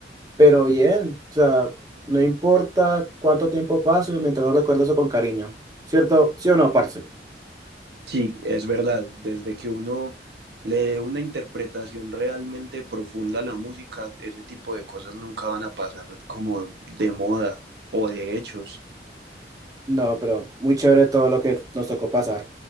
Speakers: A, on the right; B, on the right.
A: Pero bien, o sea, no importa cuánto tiempo pase, mientras no recuerdo eso con cariño. ¿Cierto? ¿Sí o no, parce?
B: Sí, es verdad. Desde que uno le dé una interpretación realmente profunda a la música, ese tipo de cosas nunca van a pasar como de moda o de hechos.
A: No, pero muy chévere todo lo que nos tocó pasar.